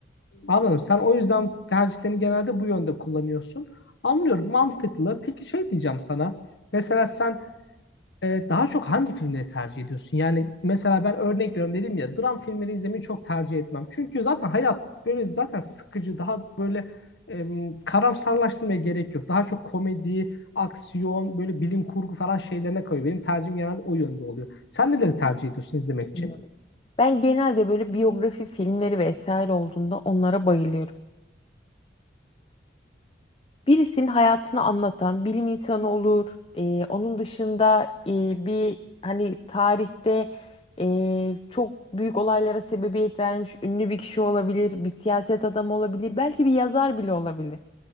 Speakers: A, on the left; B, on the left.
A: Anladım. Sen o yüzden tercihlerini genelde bu yönde kullanıyorsun. Anlıyorum. Mantıklı. Peki şey diyeceğim sana. Mesela sen e, daha çok hangi filmleri tercih ediyorsun? Yani mesela ben örnek veriyorum dedim ya dram filmleri izlemeyi çok tercih etmem. Çünkü zaten hayat böyle zaten sıkıcı. Daha böyle e, karamsarlaştırmaya gerek yok. Daha çok komedi, aksiyon, böyle bilim kurgu falan şeylerine kayıyor. Benim tercihim genelde o yönde oluyor. Sen neleri tercih ediyorsun izlemek için?
B: Anladım. Ben genelde böyle biyografi filmleri vesaire olduğunda onlara bayılıyorum. Birisinin hayatını anlatan bilim insanı olur. Ee, onun dışında e, bir hani tarihte e, çok büyük olaylara sebebiyet vermiş ünlü bir kişi olabilir, bir siyaset adamı olabilir, belki bir yazar bile olabilir.